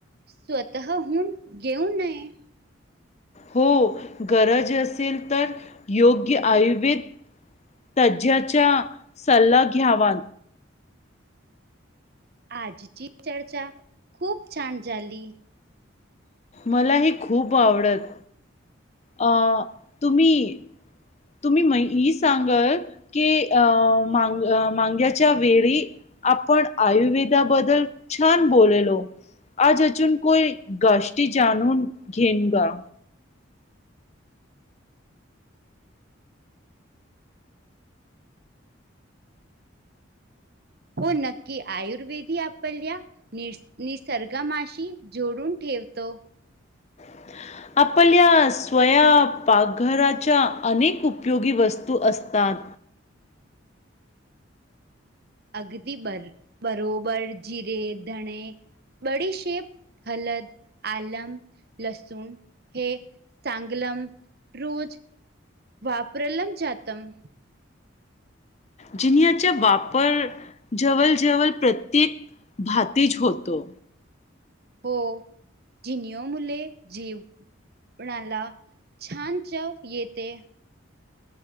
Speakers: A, on the right; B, on the left.
A: स्वतः हून गेऊ नये
B: हो गरज असेल तर योग्य आयुर्वेद तज्ज्याच्या सल्ला घ्यावा.
A: आजची चर्चा खूप छान झाली.
B: मलाही खूप आवडत अ तुमी तुमी म ही सांगत कि अ मांग मांग्याच्या वेळी आपण आयुर्वेदाबद्दल छान बोललो. आज अजून कोई गाष्टी जाणून घेन गा.
A: हो नक्की आयुर्वेदी आपल्या नि निसर्गमाशी जोडून ठेवतो.
B: हा. आपल्या स्वयापाकघराच्या अनेक उपयोगी वस्तू असतात.
A: अगदी बर बरोबर जिरे धणे बडीशेप हलद आलम लसूण हे चांगलम रोज वाप्रलम जातम.
B: जिनयाचा वापर जवळ जवळ प्रत्येक भातीज होतो.
A: हो जिनओ मुले जेव कोणाला छान चव येते.